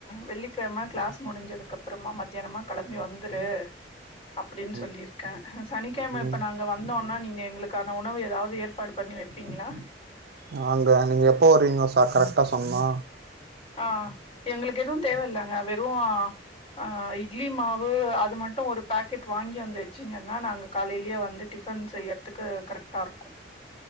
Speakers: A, on the left; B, on the right.
A: வெள்ளிக்கெழம கிளாஸ் முடிஞ்சதுக் கப்றமா மத்தியானமா கெளம்பி வந்துரு அப்டின்னு
B: ம்
A: சொல்லிர்க்கே சனிக்கெழம இப்ப
B: ம்
A: நாங்க வந்தோன்னா நீங்க எங்களுக்கான உணவு எதாவது ஏர்ப் பாடு பண்ணி வெப்பீங்களா
B: நாங்க நீங்க எப்ப வருவீங் சார் கரெக்ட்டா சொன்னா
A: ஆ எங்களுக்கு எது தேவ இல்லங்க வெறு ஆ இட்லி மாவு அது மட்டு ஒரு பேக்கெட் வாங்கி வந்து வெச்சிங்கன்னா நாங்க காலையிலயே வந்து டிஃபன் செய்யறதுக்கு கரெக்டா இருக்கு